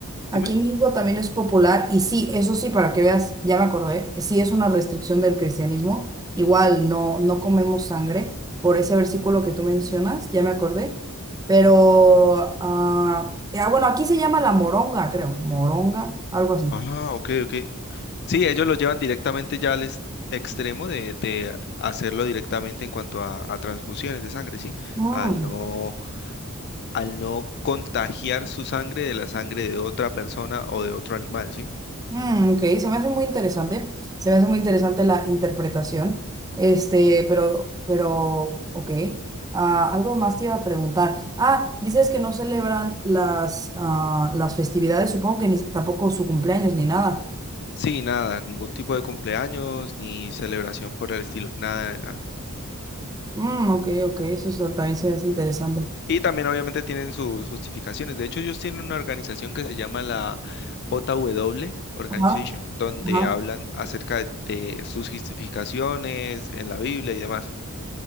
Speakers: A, on the right; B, on the left.
A: aquí
B: Dime.
A: en México también es popular y sí, eso sí, para que veas, ya me acordé, sí es una restricción del cristianismo, igual no, no comemos sangre por ese versículo que tú mencionas, ya me acordé, pero, ah, eh, ah, bueno, aquí se llama la moronga, creo, moronga, algo así.
B: Ah, ok, ok. Sí, ellos lo llevan directamente ya al ex- extremo de, de hacerlo directamente en cuanto a, a transfusiones de sangre, ¿sí?
A: Mm.
B: Al no, al no contagiar su sangre de la sangre de otra persona o de otro animal, ¿sí?
A: Mm, ok, se me hace muy interesante, se me hace muy interesante la interpretación, este, pero, pero, ok, Ah, algo más te iba a preguntar. Ah, dices que no celebran las, ah, las festividades, supongo que ni, tampoco su cumpleaños ni nada.
B: Sí, nada, ningún tipo de cumpleaños ni celebración por el estilo, nada, nada.
A: Mm, ok, ok, eso es- también se hace interesante.
B: Y también obviamente tienen sus justificaciones. De hecho, ellos tienen una organización que se llama la JW Organization,
A: Ajá,
B: donde
A: ajá.
B: hablan acerca de, de sus justificaciones en la Biblia y demás.